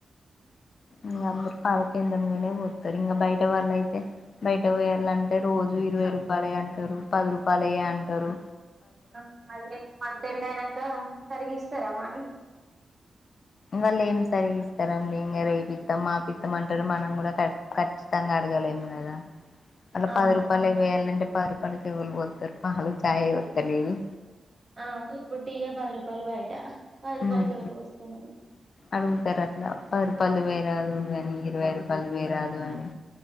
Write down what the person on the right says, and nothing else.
అ అవి అంత ఎండ ఐనంక సరిగిస్తర మనీ
అవును
ఆవును ఇప్పుడు టీయే పది రూపాయలు బయట పది రూపాలకి
ఎవలు పోస్తరండి.